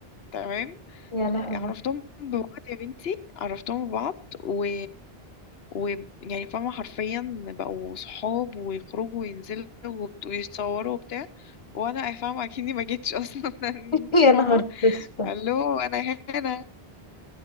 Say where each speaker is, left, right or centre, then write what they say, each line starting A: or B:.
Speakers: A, on the left; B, on the left.
A: تمام
B: يا لهوي
A: عرفتهم ببعض يا بنتي عرفتهم ببعض و و يعني فاهمة حرفيا بقوا صحاب ويخرجوا وينزلوا وبت- ويتصوروا وبتاع وانا فاهمة اكني ما جيتش اصلا <laughs> انت
B: <laughs> يا نهار
A: فاهمة
B: بسفة
A: الو انا هنا